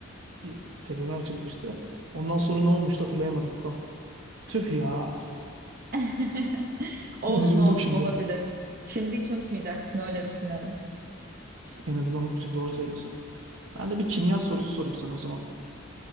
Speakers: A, on the right; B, on the right.
A: bir tepeme açılmıştı. Ondan sonra ne olmuştu hatırlayamadım tam. Tüh ya.
B: <laughs> Olsun
A: <laughs> Üzüldüm
B: olsun
A: şimdi.
B: olabilir. Şimdi hiç unutmayacaksın öyle düşünelim.
A: En azından unutmayacağım. Doğru söylüyorsun. Ben de bir kimya sorusu sorayım sana o zaman.